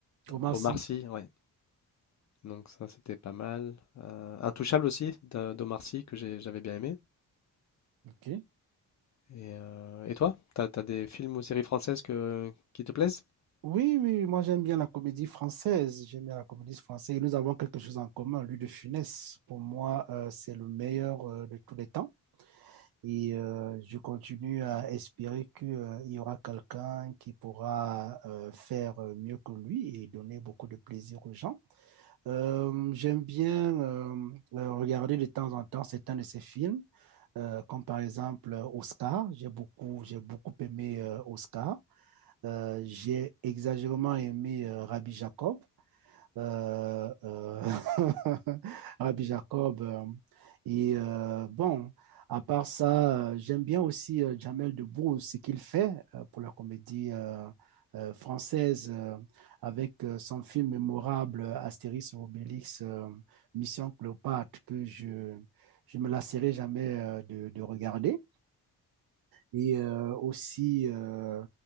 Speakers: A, on the right; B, on the left.
A: Omar
B: Omar
A: Sy.
B: Sy, ouais. Donc ça, c'était pas mal. Euh, Intouchable aussi, d'A- d'Omar Sy, que j'ai- j'avais bien aimé.
A: ok.
B: Et, euh, et toi, t'as, t'as des films ou séries françaises que, qui te plaisent?
A: Oui, oui, moi j'aime bien la comédie française. J'aime bien la comédie française. Et nous avons quelque chose en commun. Louis de Funès, pour moi, euh, c'est le meilleur euh, de tous les temps. Et euh, je continue à espérer qu'il y aura quelqu'un qui pourra euh, faire euh, mieux que lui et donner beaucoup de plaisir aux gens. Euh, j'aime bien euh, euh, regarder de temps en temps certains de ses films, euh, comme par exemple euh, Oscar. J'ai beaucoup, j'ai beaucoup aimé euh, Oscar. Euh, j'ai exagérément aimé euh, Rabbi Jacob euh, euh, <laughs> Rabbi Jacob. euh, Et euh, bon, à part ça, euh, j'aime bien aussi euh, Jamel Debbouze, ce qu'il fait euh, pour la comédie euh, euh, française euh, avec euh, son film mémorable euh, Astérix et Obélix, euh, Mission Cléopâtre, que je, je me lasserai jamais euh, de, de, regarder. Et euh, aussi, euh,